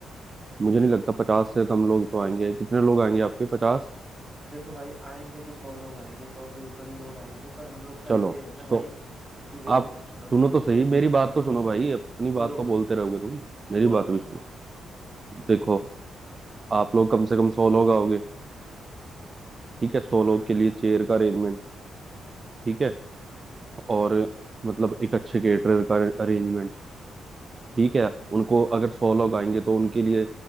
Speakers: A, on the right; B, in the centre.
A: मुझे नहीं लगता पचास से कम लोग तो आएंगे कितने लोग आएंगे आपके पचास
B: देखो भाई आएंगे तो सौ लोग आएंगे सौ से ऊपर ही लोग आएंगे पर हम लोग का
A: चलो
B: ये है ना
A: सो
B: भाई कि देखो
A: आप
B: मतलब
A: सुनो तो सही मेरी बात
B: हाँ
A: तो सुनो
B: बोलो
A: भाई अपनी बात
B: बोलो बोलो
A: तो बोलते रहोगे तुम मेरी
B: बोलो
A: बात
B: बोलो
A: भी सुनो देखो आप लोग कम से कम सौ लोग आओगे ठीक है सौ लोग के लिए चेयर का अरेंजमेंट ठीक है और मतलब एक अच्छे केटरर का अरेंजमेंट ठीक है उनको अगर सौ लोग आएंगे तो उनके लिए